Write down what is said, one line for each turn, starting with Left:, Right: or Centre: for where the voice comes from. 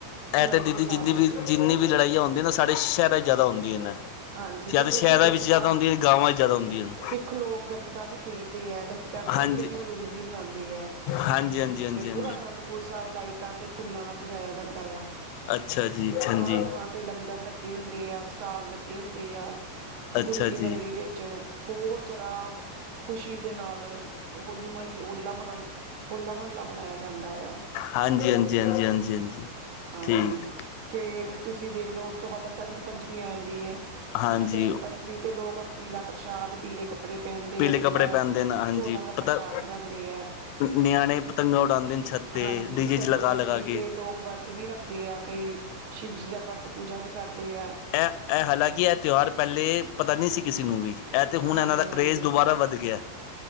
Left: ਇਹ
Right: ਅਨੰਦਪੁਰ
Left: ਤੇ ਦੀਦੀ
Right: ਸਾਹਿਬ
Left: ਜਿੰਨੀ
Right: ਵਿੱਚ
Left: ਵੀ ਜਿੰਨੀ ਵੀ ਲੜਾਈਆਂ ਹੁੰਦੀਆਂ ਨਾ ਸਾਡੇ ਸ਼ਹਿਰਾਂ 'ਚ ਜ਼ਿਆਦਾ ਹੁੰਦੀਆਂ ਨੇ।
Right: ਹਾਂਜੀ ਤੇ
Left: ਜਾਂ
Right: ਫਿਰ
Left: ਤਾਂ ਸ਼ਹਿਰਾਂ
Right: ਉੱਥੇ ਗੱਤਕਾ
Left: ਵਿੱਚ ਜ਼ਿਆਦਾ ਹੁੰਦੀਆਂ ਗਾਵਾਂ 'ਚ ਜ਼ਿਆਦਾ ਹੁੰਦੀਆਂ ਹਨ
Right: ਸਿੱਖ ਲੋਕ ਗੱਤਕਾ ਵੀ ਖੇਡਦੇ ਹੈ ਗੱਤਕਾ। ਗੱਤਕਾ
Left: ਹਾਂਜੀ
Right: ਖੇਡ ਕੇ ਵੀ ਹੌਲੀ ਹੌਲੀ ਬਣਾਉਂਦੇ ਹਾਂ।
Left: ਹਾਂਜੀ ਹਾਂਜੀ ਹਾਂਜੀ ਹਾਂ।
Right: ਪੂਰਾ ਅਨੰਦਪੁਰ ਸਾਹਿਬ ਲਾਈਟਾਂ ਤੇ ਫੁੱਲਾਂ ਨਾਲ ਸਜਾਇਆ ਜਾਂਦਾ ਆ।
Left: ਅੱਛਾ ਜੀ ਅੱਛਾ ਹਾਂਜੀ।
Right: ਥਾਂ-ਥਾਂ ਤੇ ਲੰਗਰ ਲੱਗੇ ਹੁੰਦੇ ਆ, ਸਟਾਲ ਲੱਗੇ ਹੁੰਦੇ ਆ,
Left: ਅੱਛਾ
Right: ਗੁਰੂ ਕੇ ਨਗਰੀ
Left: ਜੀ
Right: ਵਿੱਚ। ਬਹੁਤ ਜ਼ਿਆਦਾ। ਖੁਸ਼ੀ ਦੇ ਨਾਲ ਹੋਲੀ ਮਹੱਲ ਹੋਲਾ ਮਨਾਉਣ ਹੋਲਾ ਮਹੱਲਾ ਮਨਾਇਆ ਜਾਂਦਾ ਆ।
Left: ਹਾਂਜੀ ਹਾਂਜੀ ਹਾਂਜੀ ਹਾਂਜੀ ਹਾਂਜੀ।
Right: ਹਾਂਜੀ
Left: ਠੀਕ
Right: ਫੇਰ ਤੁਸੀਂ ਦੇਖਲਓ ਉਸ ਤੋਂ ਬਾਬਾ ਸੰਤ। ਬਸੰਤ ਪੰਚਮੀ ਆ ਜਾਂਂਦੀ ਹੈ।
Left: ਹਾਂਜੀ
Right: ਬਸੰਤ ਪੰਚਮੀ ਤੇ ਲੋਕ ਪੀਲਾ ਪ੍ਰਸ਼ਾਦ, ਪੀਲੇ ਕੱਪੜੇ। ਕੱਪੜੇ ਪਹਿਨਦੇ
Left: ਪੀਲੇ
Right: ਆ
Left: ਕੱਪੜੇ
Right: ਪੀਲਾ
Left: ਪਹਿਨਦੇ ਨੇ ਹਾਂਜੀ
Right: ਚੌਲਾਂ ਦਾ
Left: ਪਤਾ
Right: ਪ੍ਰਸ਼ਾਦ ਬਣਾਉਂਦੇ ਆ।
Left: ਨਿਆਣੇ ਪਤੰਗਾਂ ਉਡਾਦੇ ਨੇ ਛੱਤੇ ਤੇ
Right: ਹਾਂਜੀ
Left: ਡੀ
Right: ਬਸੰਤ
Left: ਜੇ 'ਚ ਲਗਾ
Right: ਪੰਚਮੀ
Left: ਲਗਾ ਕੇ।
Right: ਤੇ ਲੋਕ ਵਰਤ ਵੀ ਰੱਖਦੇ ਹੈ। ਕਈ ਸ਼ਿਵਜੀ ਦਾ ਵਰਤ ਪੂਜਾ ਵੀ ਕਰਦੇ ਹੈ।
Left: ਇਹ ਇਹ ਹਾਲਾਂਕਿ ਇਹ ਤਿਉਹਾਰ ਪਹਿਲੇ ਪਤਾ ਨਹੀਂ ਸੀ ਕਿਸੇ ਨੂੰ ਵੀ। ਇਹ ਤੇ ਹੁਣ
Right: ਹਾਂਜੀ
Left: ਇਹਨਾਂ ਦਾ
Right: ਹਾਂਜੀ
Left: ਕਰੇਜ਼ ਦੁਬਾਰਾ ਵੱਧ ਗਿਆ ਹੈ।